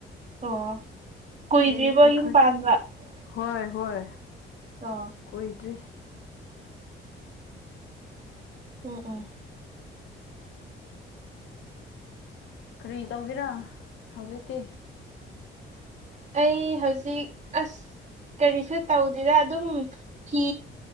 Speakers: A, on the right (about 35°); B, on the left (about 70°).
A: ꯑꯣ ꯀꯨꯏꯗ꯭ꯔꯤꯕꯣ
B: ꯑꯩ ꯑꯩꯈꯣꯏ
A: ꯌꯨꯝ ꯄꯥꯟꯕ
B: ꯍꯣꯏ ꯍꯣꯏ
A: ꯑ
B: ꯑꯣꯏꯣꯏꯗ꯭ꯔꯤ
A: ꯑꯣ ꯑꯣ
B: ꯀꯔꯤ ꯇꯧꯒꯦꯔꯥ ꯍꯧꯖꯤꯛꯀꯤ
A: ꯑꯩ ꯍꯧꯖꯤꯛ ꯑꯁ ꯀꯔꯤꯁꯨ ꯇꯧꯗꯗ ꯑꯗꯨꯝ ꯐꯤ